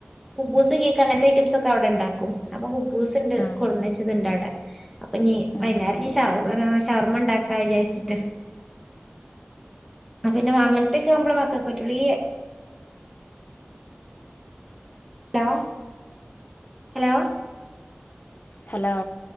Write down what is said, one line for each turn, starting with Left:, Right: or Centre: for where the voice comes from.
Centre: കുബുസ് കേക്ക് അങ്ങനത്തെ ഐറ്റം ഒക്കെ അവിടെ ഉണ്ടാക്കും കുബൂസ്ണ്ട്
Left: ആഹ്
Centre: കൊണ്ടന്നച്ചത്ണ്ട് അവിടെ അപ്പൊ നീ
Left: ആഹ്
Centre: വൈകുന്നേരം ഈ ശാവക ഷവർമ ഇണ്ടാക്കാ വിചാരിച്ചിട്ട് ആ പിന്നെ അങ്ങനത്തൊക്കെ അമ്മടെ മക്കൾക്ക് പറ്റുള്ളൂ ഹലോ ഹലോ
Left: ഹലോ